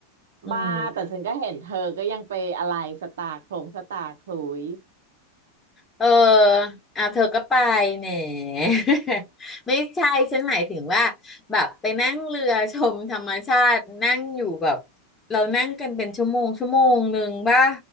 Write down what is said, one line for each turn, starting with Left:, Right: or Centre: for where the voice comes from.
Left: อืม
Right: บ้าแต่ฉันก็เห็นเธอก็ยังไปอะไรสตาร์โครงสตาร์ครุยส์
Left: เอออ่ะเธอก็ไปแหม <laughs> ไม่ใช่ฉันหมายถึงว่าแบบไปนั่งเรือชมธรรมชาตินั่งอยู่แบบเรานั่งกันเป็นชั่วโมงชั่วโมงหนึ่งป่ะ